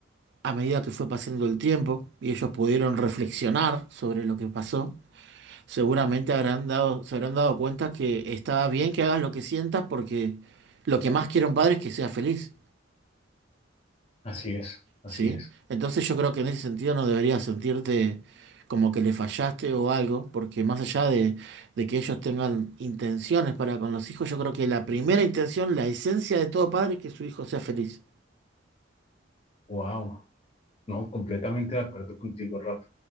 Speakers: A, on the right; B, on the left.
A: A medida que fue pasando el tiempo y ellos pudieron reflexionar sobre lo que pasó, seguramente habrán dado, se habrán dado cuenta que estaba bien que hagas lo que sientas porque lo que más quiere un padre es que sea feliz,
B: así es, así
A: ¿sí?
B: es.
A: Entonces yo creo que en ese sentido no deberías sentirte como que le fallaste o algo, porque más allá de, de que ellos tengan intenciones para con los hijos, yo creo que la primera intención, la esencia de todo padre es que su hijo sea feliz.
B: Wow, no, completamente de acuerdo contigo, Rafa.